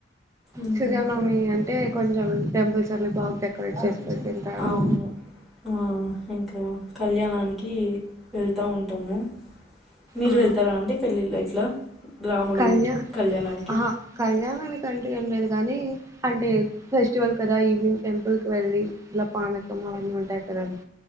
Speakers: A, in the centre; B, on the right (about 15°).
A: ఉమ్,
B: సుజనవమి అంటే కొన్ టెంపుల్స్ అన్ని బాగ్ డెకరేట్ చేస్ తుంటారు
A: అవును ఆ ఇంకా కళ్యాణానికి వెళ్తా ఉంటాము మీరు
B: ఆ
A: వెళ్తారా అండి పెళ్ళిళ్ ఇట్లా రాముడి
B: కళ్యా
A: కళ్యాణానికి
B: ఆహా కళ్యానానికి అంటే ఏం లేదు కాని అంటే ఫెస్టివల్ కదా ఈవినింగ్ టెంపుల్ కి వెళ్ళి ఇట్లా పానకం అవన్నీ ఉంటాయి కదండి